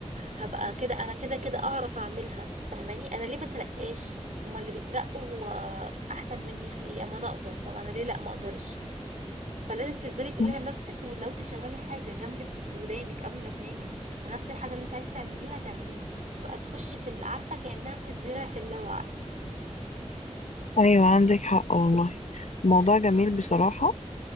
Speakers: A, on the right; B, on the left.
A: هبقى كده انا كده كده اعرف اعملها فاهماني انا ليه ما ترقاش هما اللي بيترقوا آه، احسن مني في ايه اما انا اقدر فانا ليه لا ما اقدرش فلازم تفضلي تقوليها
B: مم.
A: لنفسك ولو تشغلي حاجة جنب ودانك قبل ما تنامي نفس الحاجة اللي انت عايزة تعمليها تعمليها تبقى تخش في اللي عارفة كأنها بتتزرع في اللاوعي
B: ايوه عندك حق والله الموضوع جميل بصراحة